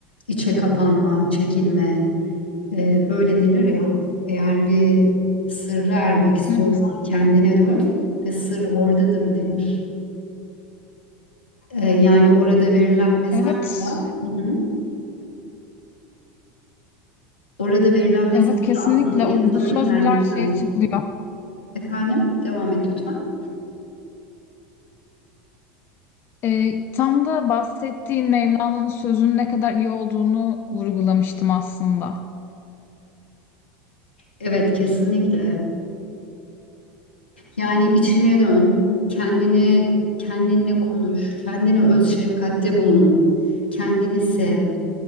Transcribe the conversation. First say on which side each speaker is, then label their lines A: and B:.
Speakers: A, on the left; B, on the left.
A: içe kapanma, çekilme, ee, böyle denir ya, eğer bir sırra ermek istiyorsan
B: Hı hı.
A: kendine dön ve sır oradadır denir. Ee, yani orada verilen mesajla,
B: Evet,
A: hı hı, orada verilen mesajla
B: evet kesinlikle
A: aslında insanın
B: o bu söz
A: kendi
B: bile her
A: kendine
B: şeye çıkılıyor.
A: Efendim, devam et lütfen.
B: E, tam da bahsettiğin Mevlana'nın sözünün ne kadar iyi olduğunu vurgulamıştım aslında.
A: Evet, kesinlikle. Yani içine dön, kendine kendinle konuş, kendine öz şefkatte bulun, kendini sev.